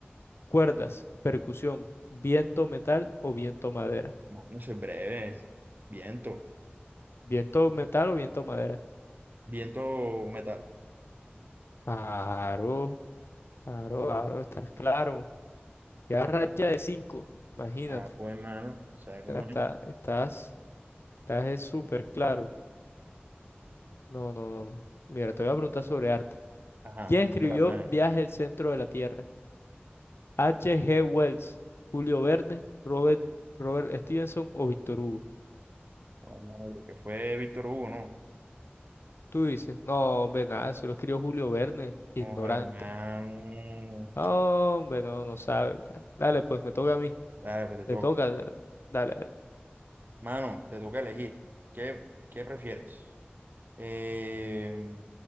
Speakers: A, on the left; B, on the right.
A: ¿Cuerdas, percusión, viento metal o viento madera?
B: Mano, eso es breve. Viento.
A: ¿Viento metal o viento madera?
B: Viento o metal.
A: Claro, claro, claro, estás claro. Ya racha de cinco. imagínate.
B: Ah, pues hermano, tú sabes cómo
A: Ya está,
B: es.
A: estás, estás es súper claro. No, no, no, no. Mira, te voy a preguntar sobre arte.
B: Ajá,
A: ¿Quién escribió
B: de la plana.
A: Viaje al centro de la Tierra? H. G. Wells, Julio Verne, Robert, Robert Stevenson o Víctor Hugo.
B: Oh, hermano, creo que fue Víctor Hugo, ¿no?
A: Tú dices, no, hombre, nada, eso lo escribió Julio Verne, ignorante.
B: Oh, hermano.
A: "No, hombre, no, no sabe. Dale, dale, pues me toca a mí.
B: Dale, pues te
A: Te
B: toca.
A: toca, da- dale, dale.
B: Mano, te toca elegir. ¿Qué, qué prefieres? Eh,